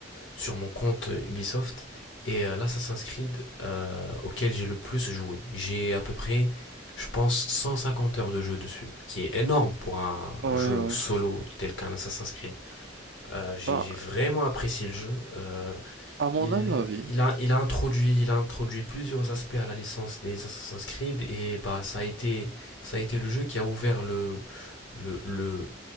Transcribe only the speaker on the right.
ouais,
ouais.
Ben,
à mon
humble avis,